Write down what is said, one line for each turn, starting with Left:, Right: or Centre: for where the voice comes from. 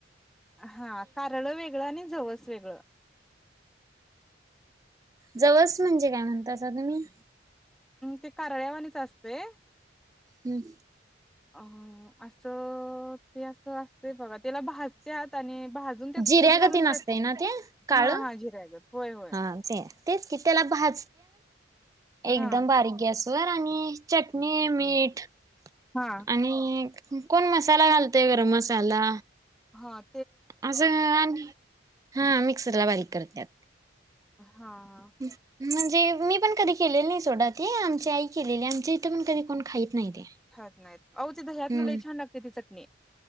Centre: हा कारळ वेगळं आणि जवस वेगळं.
Right: जवस म्हणजे काय म्हणतासा तुम्ही?
Centre: ते कारळ्यावानीच असतय.
Right: हम्म.
Centre: अं असं ते असं अस ते बघा त्याला भाजत्यात आणि भाजून त्यात
Right: जिऱ्यागतीन
Centre: कूट घालून, त्यात
Right: असतय ना ते काळ
Centre: हा हा ज त्या होय हो.
Right: हा तेच कि त्याला एकदम
Centre: हा
Right: बारीक गॅस वरण आणी चटणी, मीठ
Centre: हां.
Right: आणि कोण मसाला घालतोय, गरम मसाला?
Centre: हां.
Right: असं आणि हा मिक्सरला बारीक करत्यात.
Centre: हां.
Right: म्हणजे मी पण कधी केलेलं नाही सोडा ते, आमची आई केलेल्या, आमच्या इथं पण कधी कोण खाईत नाही ते.
Centre: खात नाहीत, अहो ते दह्यातन
Right: हम्म
Centre: लई छान लागते ती चटणी.